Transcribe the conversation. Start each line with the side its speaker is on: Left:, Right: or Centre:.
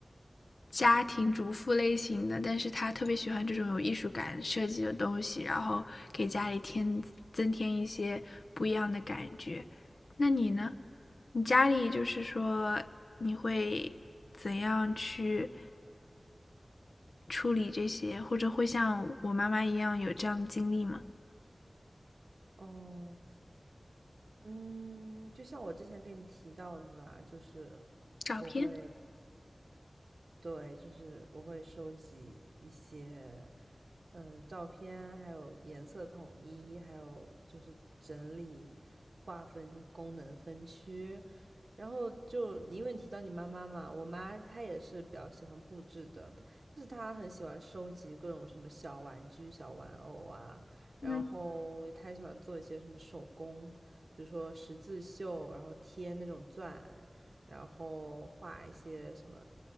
Left: 家庭主妇类型的，但是他特别喜欢这种有艺术感设计的东西，然后给家里添增添一些不一样的感觉。那你呢？你家里就是说你会怎样去处理这些，或者会像我妈妈一样有这样的经历吗？
Right: 哦，嗯，就像我之前跟你提到的啦，就是
Left: 照片，
Right: 我会对，就是我会收集一些，嗯、照片，还有颜色统一，还有就是整理、划分功能分区。然后就你因为你提到你妈妈嘛，我妈她也是比较喜欢布置的，她但是她很喜欢收集各种什么小玩具、小玩偶啊，然后她也喜欢做一些什么手工，
Left: 嗯，
Right: 比如说十字绣，然后贴那种钻，然后画一些什么